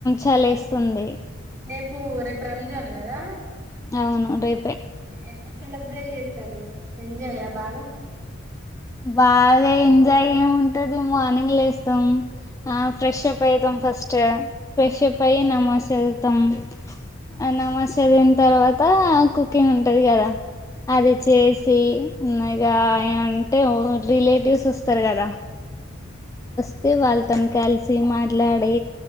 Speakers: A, on the left (about 15°); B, on the right (about 15°).
A: చలిస్తుంది
B: రేపు రేపు రంజాన్ కదా
A: అవును రేపు
B: ఎట్లా సెలెబ్రేట్ చేస్తారు ఇగ ఎంజాయ బాగా
A: బాగా ఎంజాయ్ ఏమి ఉంటది మార్నింగ్ లేస్తం ఆ ఫ్రెష్ అప్ అయితాం ఫస్ట్ ఫ్రెష్ అప్ అయి నమాజ్ చదువుతాం ఆ నమాజ్ చదివిన తర్వాత కుకింగ్ ఉంటది కదా అది చేసి ఉన్నాయిగా అంటే ఓ రిలేటివ్స్ వస్తారు కదా సి వాళ్ళతోను కలిసి మాట్లాడి